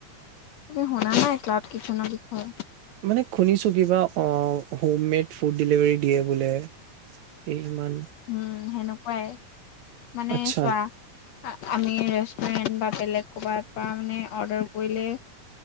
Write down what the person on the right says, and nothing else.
মানে শুনিছোঁ কিবা অ', হোম মেড ফুড ডেলিভাৰী দিয়ে বোলে। এই সিমান
আচ্ছা